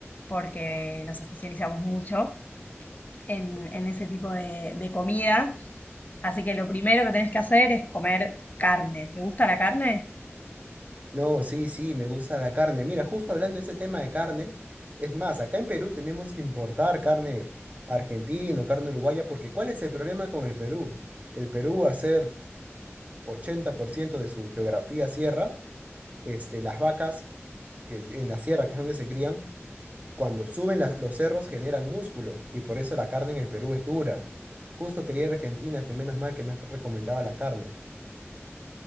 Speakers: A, on the left; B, on the right.
A: porque nos especializamos mucho en, en ese tipo de, de comida. Así que lo primero que tenés que hacer es comer carne. ¿Te gusta la carne?
B: No, sí, sí, me gusta la carne. Mira, justo hablando de ese tema de carne, es más, acá en Perú tenemos que importar carne argentina, o carne uruguaya, porque ¿cuál es el problema con el Perú? El Perú hacer 80% de su geografía sierra, este, las vacas que es en la sierra, que es donde se crían, cuando suben las- los cerros generan músculo y por eso la carne en el Perú es dura. Justo quería ir a Argentina, que menos mal que me has recomendado la carne.